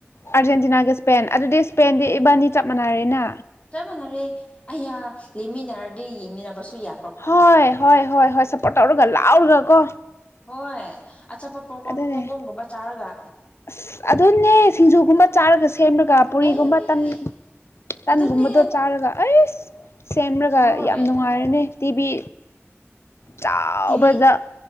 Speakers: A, on the left; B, on the left.
A: ꯑꯥꯔꯖꯦꯟꯇꯤꯅꯥꯒ ꯏꯁꯄꯦꯟ ꯑꯗꯨꯗꯤ ꯏꯁꯄꯦꯟꯗꯤ ꯏꯕꯥꯅꯤ ꯆꯞ ꯃꯥꯟꯅꯔꯦꯅ
B: ꯆꯞ ꯃꯥꯟꯅꯔꯦ ꯑꯩꯌꯥ ꯂꯩꯃꯤꯟꯅꯔꯗꯤ ꯌꯦꯡꯃꯤꯟꯅꯕꯁꯨ ꯌꯥꯞ
A: ꯍꯣꯏ ꯍꯣꯏ ꯍꯣꯏ ꯍꯣꯏ ꯁꯞꯄꯣꯔꯠ ꯇꯧꯔꯒ ꯂꯥꯎꯔꯒ ꯀꯣ
B: ꯍꯣꯏ ꯑꯆꯥꯄꯣꯠ ꯄꯣꯞꯀꯣꯔꯟ
A: ꯑꯗꯨꯅꯦ
B: ꯄꯣꯞꯀꯣꯔꯟꯒꯨꯝꯕ ꯆꯥꯔꯒ
A: ꯑꯁ ꯑꯗꯨꯅꯦ ꯁꯤꯡꯖꯨꯒꯨꯝꯕ ꯆꯥꯔꯒꯁ ꯁꯦꯝꯔꯒ ꯄꯨꯔꯤꯒꯨꯝꯕ
B: ꯑꯩ
A: ꯇꯟ ꯇꯟꯒꯨꯝꯕꯗꯣ
B: ꯑꯗꯨꯅꯦ
A: ꯆꯥꯔꯒ ꯑꯩꯁ ꯁꯦꯝꯔꯒ
B: ꯍꯣꯏ
A: ꯌꯥꯝ ꯅꯨꯡꯉꯥꯏꯔꯅꯤ ꯇꯤꯚꯤ ꯆꯥꯎꯕꯗ
B: ꯇꯤꯚꯤ